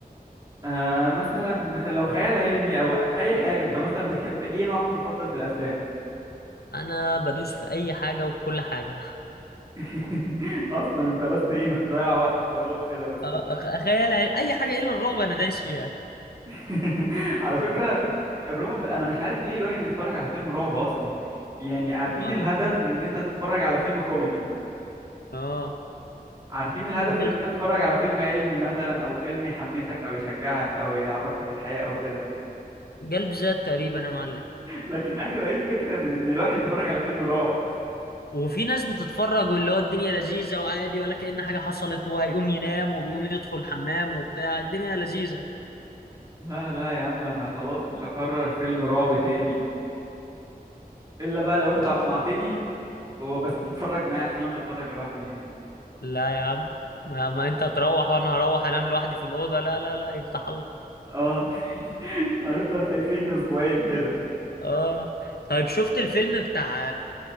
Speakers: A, on the right; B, on the left.
A: آه مثلا خ- لو خيال علمي او اي حاجه انت مثلا بتحب ايه نوعك المفضل في الافلام
B: انا بدوس في اي حاجة وكل حاجة
A: <laughs> اصلا انت بس ايه بتضيع وقت فراغ كده بس
B: آه، أخ- خيال علمي اي حاجة الا الرعب انا دايس فيها
A: <laughs> على فكره الرعب انا مش عارف ليه الواحد يتفرج على فيلم رعب اصلا يعني عارفين
B: اه
A: الهدف من ان انت تتفرج على فيلم كوميدي
B: آه.
A: عارفين الهدف
B: جلد
A: من ان انت تتفرج على فيلم علمي مثلا او فيلم يحمسك او يشجعك او يعرفك الحياه او كده
B: جلد ذات تقريبا يا معلم
A: لكن ايوه ايه الفكره من ان الواحد يتفرج على فيلم رعب
B: وفي ناس بتتفرج واللي هو الدنيا لذيذة وعادي ولا كأن حاجة حصلت وهيقوم ينام وبيقوم يدخل الحمام وبتاع الدنيا لذيذة
A: لا لا يا عم انا خلاص مش هكرر فيلم رعب تاني الا بقى لو انت اقنعتني وبس تتفرج معايا عشان انا مش هتفرج لوحدي يعني
B: لا يا عم ما, ما انت هتروح وانا هروح انام لوحدي في الأوضة لا لا لا يفتح الله
A: اه <laughs> هنفضل خايفين اسبوعين كده
B: اه طيب شفت الفيلم بتاع